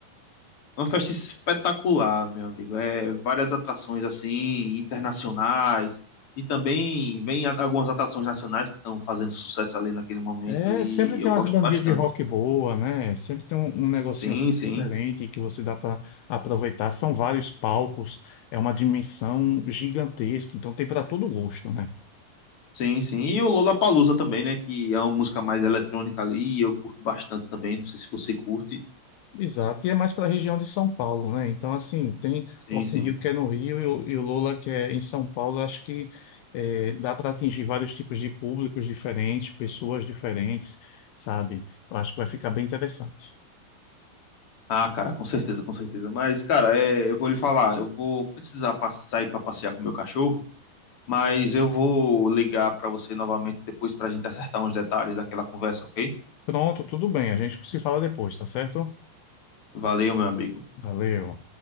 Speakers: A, on the left; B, on the left.
A: Uma festa espetacular, meu amigo. É várias atrações assim internacionais e também vem a- algumas atrações nacionais que estão fazendo sucesso ali naquele momento
B: É,
A: e
B: sempre tem
A: eu gosto
B: umas bandinhas
A: bastante.
B: de rock boa, né? Sempre tem um, um negocinho
A: Sim,
B: assim
A: sim.
B: diferente que você dá para aproveitar. São vários palcos, é uma dimensão gigantesca, então tem para todo gosto, né?
A: Sim, sim. E o Lollapalooza também, né, que é uma música mais eletrônica ali e eu curto bastante também, não sei se você curte.
B: Exato, e é mais para a região de São Paulo, né? Então, assim, tem
A: Sim,
B: o Rock
A: sim.
B: in Rio que é no Rio e o, e o Lola que é em São Paulo. Eu acho que eh, dá para atingir vários tipos de públicos diferentes, pessoas diferentes, sabe? Eu acho que vai ficar bem interessante.
A: Ah, cara, com certeza, com certeza. Mas, cara, é, eu vou lhe falar, eu vou precisar pa- sair para passear com o meu cachorro. Mas eu vou ligar para você novamente depois para a gente acertar uns detalhes daquela conversa, ok?
B: Pronto, tudo bem, a gente se fala depois, tá certo?
A: Valeu, meu amigo.
B: Valeu.